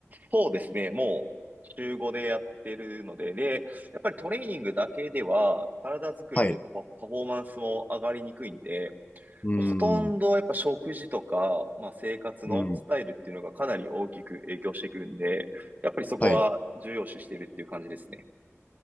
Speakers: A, on the right; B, on the left.
A: そうですね。もう、週5でやってるので、で、やっぱりトレーニングだけでは、体作りというかパパフォーマンスも上がりにくいんで、
B: はい。うーん。
A: ほとんどやっぱ食事とか、まあ生活のスタイルっていうのがかなり大きく影響してくるんで、
B: うん。
A: やっぱりそこは重要視してるっていう感じですね。
B: はい。